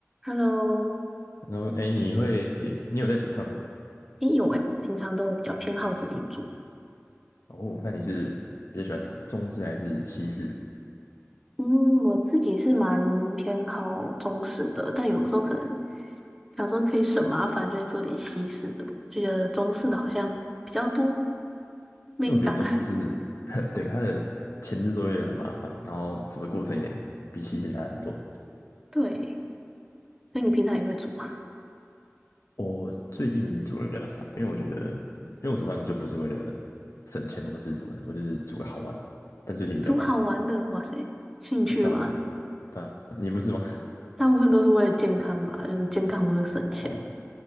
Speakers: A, in the centre; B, on the left.
A: Hello，
B: 然后，哎，你会，你有在煮饭吗？
A: 诶，有诶，我平常都比较偏好自己煮。
B: 哦，那你是比较喜欢中式还是西式啊？
A: 嗯，我自己是蛮偏好中式的，但有时候可能想说可以省麻烦，就会做点西式的。就觉得中式的好像比较多美感。
B: 因为我觉得中式，
A: <laughs>
B: <laughs>
A: 嗯，
B: 对，它的前置作业很麻烦，然后煮的过程也比西式难很多。
A: 对。那你平常也会煮吗？
B: 我最近煮的比较少，因为我觉得，因为我煮饭就不是为了省钱或是什么的，我就是煮个好玩的。但最近比较忙，
A: 煮好玩的，哇塞，兴趣吗？
B: 对啊，你对啊你不是吗？
A: 大部分都是为了健康吧，就是健康为了省钱。
B: <laughs> 哦，